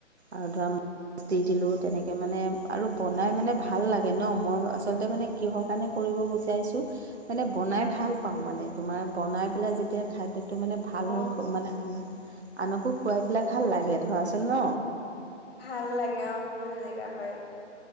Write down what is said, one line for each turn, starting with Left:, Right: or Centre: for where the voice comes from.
Right: আৰু ধৰা মাছ দি দিলোঁ তেনেকে মানে আৰু বনাই মানে ভাল লাগে ন, মই ম আচলতে মানে কিহৰ কাৰণে কৰিব বিচাৰিছোঁ মানে বনাই ভাল পাওঁ মানে তোমাৰ বনাই পেলাই যেতিয়া খাদ্য টো মানে ভাল
Left: অ
Right: হয় মানে আনক আনকো খুৱাই পেলাই ভাল লাগে ধৰাচোন ন।
Left: ভাল লাগে অ মোৰো তেনেকা হয়।